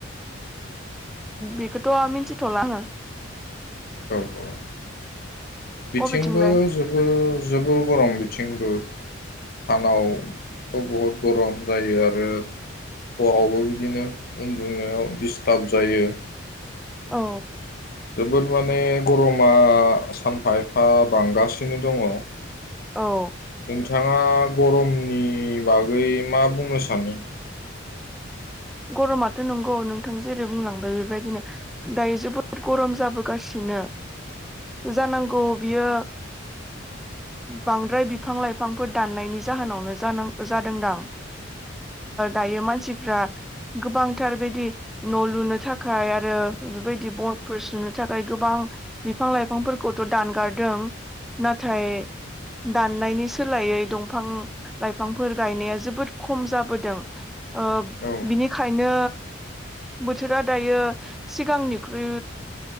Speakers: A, in the centre; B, on the left.
A: बेखौथ' मिथिथ'ला आङो
B: औ औ बिथिंबो
A: अबेथिंलाय
B: जोबोर जोबोर गरम बिथिंबो सानावथ' बहुद गरम जायो आरो हरावबो बिदिनो उन्दुनायाव दिडिस्टार्ब जायो
A: औ
B: जोबोद माने गरमा सानफा एफा बांगासिनो दङ
A: औ
B: बिथाङा गरमनि बागै मा बुंनो सानो
A: गरमाथ' नंगौ नोंथां जेरै बुंलांबाय बेबायदिनो दायो जोबोद गरम जाबोगासिनो जानांगौ बियो बांद्राय बिफां लाइफांफोर दाननायनि जाहोनावनो जादोंदां दायो मानसिफ्रा गोबांथार बेदि न' लुनो थाखाय आरो बेबायदि बनफोर सुनो थाखाय गोबां बिफां लाइफांफोरखौथ' दानगारदों नाथाय दाननायनि सोलायै दंफां लाइफांफोर गायनाया जोबोद खम जाबोदों अ
B: औ
A: बिनिखायनो बोथोरा दायो सिगांनिख्रुइ